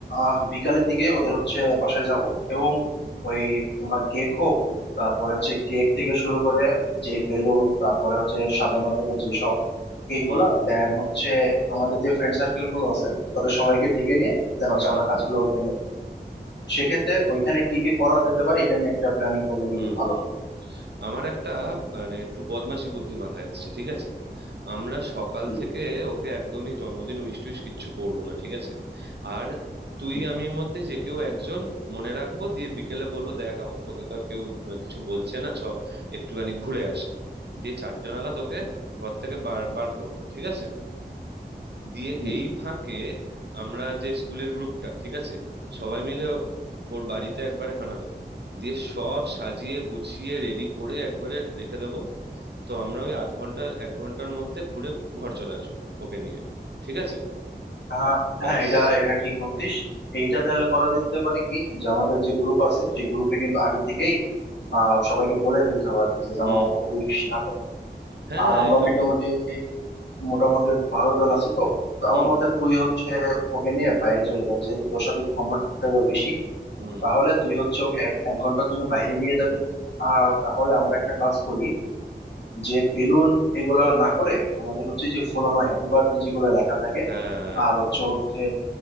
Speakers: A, on the left; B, on the right.
A: আহ বিকালের দিকে ওদের হচ্ছে বাসায় যাব এবং
B: হুম।
A: ওই তোমার কেক হোক তারপরে হচ্ছে কেক থেকে শুরু করে যে বেলুন তারপরে হচ্ছে
B: হুম
A: সাজানোর
B: হুম
A: জন্য যেসব এইগুলা
B: হুম
A: দেন
B: হুম
A: হচ্ছে আমাদের যে ফ্রেন্ড সার্কেল গুলো আছে তাদের সবাইকে ডেকে নিয়ে দেন হচ্ছে
B: হ্যাঁ
A: আমরা কাজগুলো উঠে নিয়ে যাবো। সেক্ষেত্রে ওইখানে কি কি করা যেতে পারে এটা নিয়ে একটা প্ল্যানিং করলে মেবি
B: হুম
A: ভালো
B: হুম
A: হয়
B: আমার একটা মানে একটু বদমাশি বুদ্ধি মাথায় এসছে ঠিক আছে আমরা সকাল
A: কি
B: থেকে ওকে একদমই জন্মদিন উইশ টুইশ কিচ্ছু করব না ঠিক আছে আর তুই
A: হুম
B: আমির মধ্যে যে কেউ একজন মনে রাখবো দিয়ে বিকেলে বলবো দেখ আমা- তোকে তো আর কেউ আহ, কিছু বলছে না চ একটুখানি ঘুরে আসি দিয়ে চারটে নাগাদ ওকে ঘর থেকে বার বার করবো ঠিক আছে দিয়ে
A: হুম।
B: এই ফাঁকে আমরা যে স্কুলের গ্রুপটা ঠিক আছে সবাই মিলে ওর বাড়িতে একবারে হানা দেবো দিয়ে সব সাজিয়ে গুছিয়ে রেডি করে একবারে রেখে দেবো তো আমরা ওই আধ ঘন্টা এক ঘন্টার মধ্যে ঘুরে ঘর চলে আসবো ওকে নিয়ে ঠিক আছে
A: হ্যাঁ
B: ব্যাস
A: হ্যাঁ এটা এটা ঠিক বলছিস এইটা তাহলে করা যেতে পারে কি যে আমাদের যে গ্রুপ আছে সেই গ্রুপে কিন্তু আগে থেকেই আহ সবাইকে বলে দিতে হবে আর কি যে যেন
B: হুম
A: ওকে উইশ না করে
B: হ্যাঁ
A: আর
B: হ্যাঁ
A: আমরা
B: এটা
A: মোটামুটি
B: বল
A: মোটামুটি বারো জন আছি তো তো আমার
B: হুম
A: মতে তুই হচ্ছে ওকে নিয়ে বাইরে চলে যাবি যেহেতু তোর সাথে একটু কমফোর্টেবল বেশি
B: হুম
A: তাহলে তুই হচ্ছে ওকে এক এক ঘন্টার জন্য বাইরে নিয়ে যাবি আর তাহলে আমরা একটা কাজ করি যে বেলুন এগুলা না করে আমাদের হচ্ছে যে ফোলানো হ্যাপি বার্থডে যেগুলো লেখা থাকে
B: হ্যাঁ
A: আর হচ্ছে ওর যে